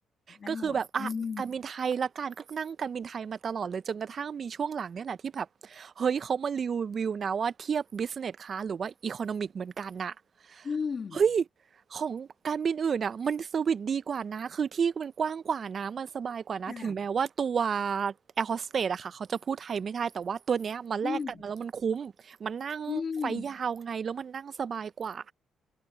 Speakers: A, on the left; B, on the right.
A: ได้หมดอืม
B: ก็คือแบบอ่ะการบินไทยละกันก็นั่งการบินไทยมาตลอดเลยจนกระทั่งมีช่วงหลังเนี่ยแหละที่แบบเฮ้ยเขามารีวิวนะว่าเทียบ business class หรือว่า economic เหมือนกันน่ะ
A: อืม
B: เฮ้ยของการบินอื่นอ่ะมันเซอร์วิสดีกว่านะคือที่มันกว้างกว่านะมันสบายกว่านะถึงแม้ว่าตัว
A: ค่ะ
B: แอร์โฮสเตสอะค่ะเขาจะพูดไทยไม่ได้แต่ว่าตัวเนี้ยมาแลกกันมาแล้วมันคุ้มมันนั่งไฟยาวไงแล้วมันนั่งสบายกว่า
A: อืมอืม